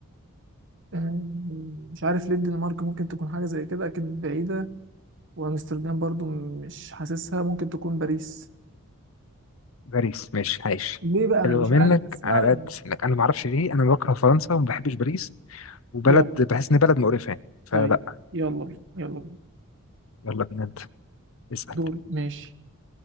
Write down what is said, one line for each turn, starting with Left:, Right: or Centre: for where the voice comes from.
Right: أم، مش عارف ليه الدنمارك ممكن تكون حاجه زي كده اكيد بعيده وامستردام برضو مش حاسسها ممكن تكون باريس
Left: باريس ماشي عايش
Right: ليه بقى انا
Left: حلو
Right: مش
Left: منك
Right: عارف اسمعني
Left: على قد سنك انا ما اعرفش ليه انا بكره فرنسا وما بحبش باريس وبلد
Right: يلا
Left: بحس ان بلد مقرفه يعني فلا
Right: طيب يلا بينا يلا بينا
Left: يلا بينا انت اسال
Right: دوري ماشي